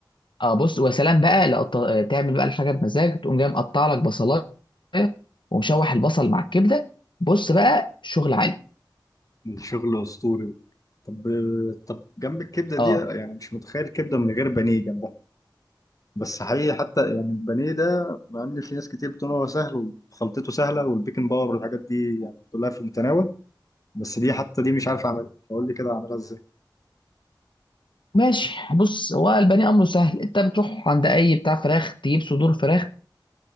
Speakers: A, on the left (about 75°); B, on the left (about 45°).
A: اه بص وسلام بقى لو قط- تعمل بقى الحاجه بمزاج تقوم جاي مقطع لك بصلايه ومشوح البصل مع الكبده بص بقى شغل عالي
B: من شغل اسطوري طب طب جنب الكبده
A: اه
B: دي يعني مش متخيل كبده من غير بانيه جنبها بس حقيقي حتى يعني البانيه ده مع ان في ناس كتير بتقول هو سهل وخلطته سهله والبيكنج باور والحاجات دي يعني كلها في المتناول بس دي حتى دي مش عارف اعملها فقول لي كده اعملها ازاي
A: ماشي بص هو البني امره سهل انت بتروح عند اي بتاع فراخ تجيب صدور فراخ